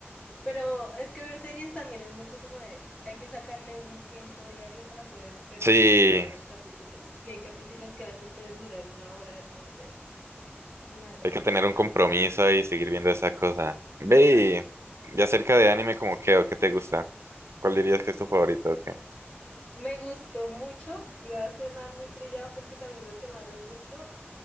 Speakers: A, on the left (about 25°); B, on the right (about 85°).
A: Pero es que ver series también es mucho como de, hay que sacarle un tiempo diario para poder terminarse
B: Sí,
A: de ver los capítulos. Y hay capítulos que a veces pueden durar una hora, entonces se me hace
B: hay
A: demasiado.
B: que tener un compromiso ahí y seguir viendo esa cosa. Ve
A: Total.
B: y, y acerca de anime, como qué o qué te gusta? ¿Cuál dirías que es tu favorito o qué?
A: Me gustó mucho y va a sonar muy trillado porque también lo quemaron mucho.